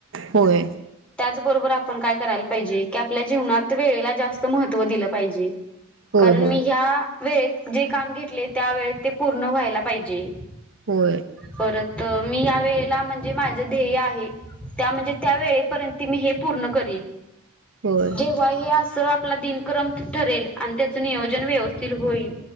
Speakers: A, on the right; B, in the centre.
A: होय
B: त्याबरोबर आपण काय करायला पाहिजे की आपल्या जीवनात वेळेला जास्त महत्त्व दिलं पाहिजे
A: होय
B: कारण
A: होय
B: मी ह्या वेळेत जे काम घेतले त्या वेळेत ते पूर्ण व्हायला पाहिजे
A: होय
B: परत मी या वेळेला म्हणजे माझं ध्येय आहे त्या म्हणजे त्या वळेपर्यंत मी हे पूर्ण कर
A: होय
B: जेव्हा हे स आपला दिनक्रम ठरेल आणि त्याचं नियोजन व्यवस्थित होईल